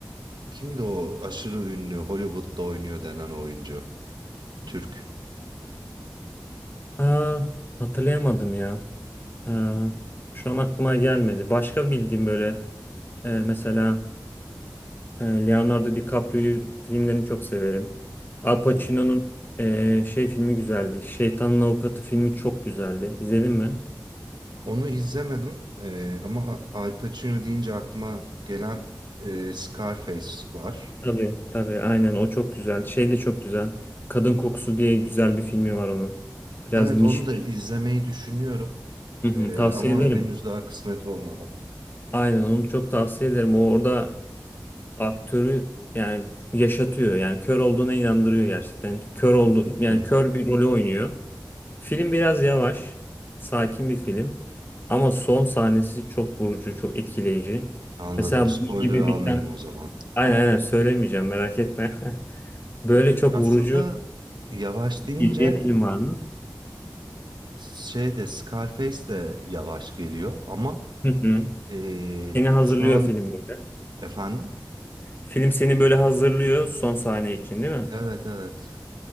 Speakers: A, on the right; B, on the left.
A: kimdi o aşırı ünlü Hollywood'da oynuyor denen oyuncu? Türk.
B: Aa, hatırlayamadım ya. Aa, şu an aklıma gelmedi. Başka bildiğim böyle eee, mesela E, Leonardo DiCaprio'yu filmlerini çok severim. Al Pacino'nun
A: Hı.
B: e, şey filmi güzeldi. Şeytanın Avukatı filmi çok güzeldi. İzledin mi?
A: Onu izlemedim Ee, ama Al Pacino deyince aklıma gelen e, Scarface var.
B: Tabii. Tabii aynen o çok güzel. Şey de çok güzel. Kadın Kokusu diye güzel bir filmi var onun. Biraz
A: Evet
B: niş.
A: onu da izlemeyi düşünüyorum.
B: Hı hı,
A: Ee,
B: tavsiye
A: ama
B: ederim.
A: henüz daha kısmet olmadı.
B: Aynen onu çok tavsiye ederim. O orada aktörü yani yaşatıyor. Yani kör olduğuna inandırıyor gerçekten. Kör oldu yani
A: Hmm,
B: kör bir rolü oynuyor. Film biraz yavaş, sakin bir film ama son sahnesi çok vurucu, çok etkileyici.
A: anladım.
B: Mesela
A: Spoiler
B: bunun gibi
A: almayayım
B: biten,
A: o zaman.
B: aynen aynen söylemeyeceğim merak etme. <laughs> Böyle çok
A: Aslında
B: vurucu
A: yavaş deyince
B: bildiğin film var mı?
A: şey de Scarface de yavaş geliyor ama
B: Hı hı.
A: ee,
B: Seni hazırlıyor
A: şu an
B: film böyle.
A: efendim?
B: Film seni böyle hazırlıyor son sahne için değil mi?
A: Evet evet.